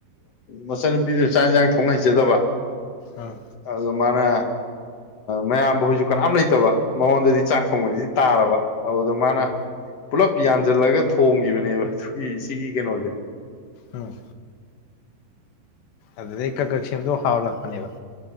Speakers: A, on the left (about 45°); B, on the left (about 80°).
A: ꯃꯆꯟꯅꯨꯄꯤꯗꯨꯅꯥ ꯆꯥꯛ ꯌꯦꯟꯖꯥꯡ ꯊꯣꯡ ꯍꯩꯖꯗꯕ
B: ꯑꯥ
A: ꯑꯗꯨ ꯃꯅꯥ ꯃꯌꯥꯝꯕ ꯍꯣꯏꯖꯨ ꯀꯅꯥꯝ ꯂꯩꯇꯕ ꯃꯉꯣꯟꯗꯗꯤ ꯆꯥꯛ ꯊꯣꯡꯕꯁꯤꯗꯤ ꯇꯥꯔꯕ ꯑꯗꯨꯗ ꯃꯥꯅ
B: ꯎꯝ
A: ꯄꯨꯂꯞ ꯌꯥꯟꯁꯤꯜꯂꯒ ꯊꯣꯡꯒꯤꯕꯅꯦꯕ ꯑꯗꯨꯒꯤ ꯁꯤꯒꯤ ꯀꯩꯅꯣꯖꯦ
B: ꯎꯝ ꯑꯗꯨꯗꯩ ꯀꯀꯛ ꯁꯦꯝꯗꯣ ꯍꯥꯎꯍꯜꯂꯛꯄꯅꯦꯕ